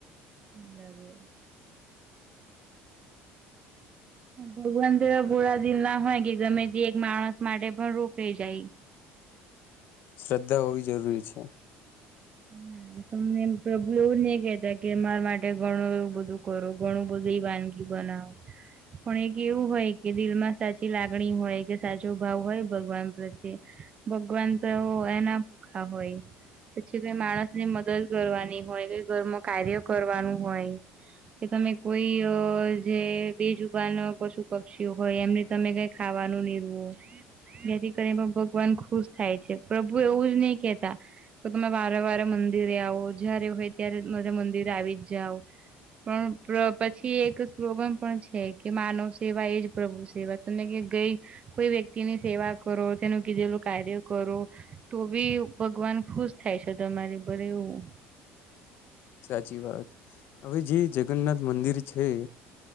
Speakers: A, on the right (about 25°); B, on the left (about 50°).
A: હ. ભગવાન તો એવા ભોળ દિલ ના હોય કે ગમે તે એક માણસ માટે પણ રોકાઈ જાય ઈ.
B: શ્રદ્ધા હોવી જરૂરી છે.
A: <inaudible> તમનેમ પ્રભુ એવું જ નહી કેતા કે મારા માટે ઘણું એવું બધું કરો ઘણું બધી વાનગી. બનાવ. પણ એક એવું હોય કે દિલમાં સાચી લાગણી હોય કે સાચો ભાવ હોય ભગવાન પ્રત્યે. ભગવાન તો એવુ એના ભૂખા હોય પછી કઈ માણસને મદદ કરવાની હોય, કઈ ઘરમાં કાર્ય કરવાનું હોય. કે તમે કોઈ અ જે બેજુબાન પશુપક્ષીઓ હોય એમને તમે કઈ ખાવાનું નીરવો. જેથી કરી પણ ભગવાન ખુસ થાય છે, પ્રભુ એવું જ નહી કેતા. તો તમે વારે વારે મંદિરે આવો જયારે હોય ત્યારે મારે મંદિરે આવી જ જાઓ. પણ પ્ર પછી એક સ્લોગન પણ છે કે માનવ સેવા એજ પ્રભુ સેવા તને કે ગઈ. કોઈ વ્યક્તિની સેવા કરો તેનું કીધેલું કાર્ય કરો તો બી ઉ ભગવાન ખુસ થાય છે તમારે ભરે એવું.
B: સાચી વાત. હવે જે જગન્નાથ મંદિર છે,